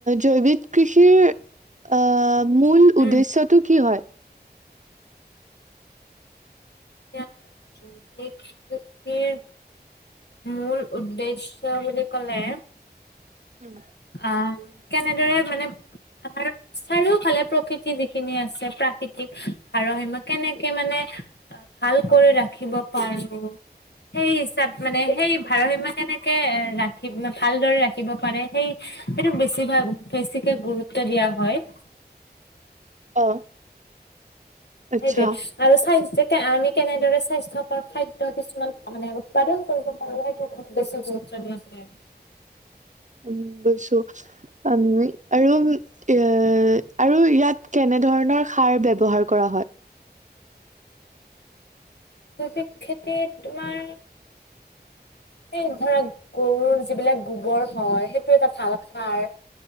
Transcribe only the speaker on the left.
উম
<unintelligible> মূল্যউদ্দেশ্য বুলি ক'লে
অ কেনেদৰে মানে আমাৰ চাৰিওফালে প্ৰকৃতি যিখিনি আছে প্ৰাকৃতিক ভাৰসাম্যত কেনেকে মানে ভাল কৰি ৰাখিব পাৰোঁ সেই হিচাপ মানে সেই ভাৰসীমা কেনেকে এ ৰাখি ভালদৰে ৰাখিব পাৰে সেই সেইটো বেছিভাগ বেছিকে গুৰুত্ব দিয়া হয়
সেইটোৱে আৰু চাই আমি কেনেদৰে স্বাস্থ্যৰ খাদ্য কিছুমান মানে উৎপাদন কৰিব পাৰোঁ <unintelligible>
জৈবিক খেতিত তোমাৰ এই ধৰা গৰুৰ যিবিলাক গোবৰ হয়, সেইটো এটা ভাল সাৰ।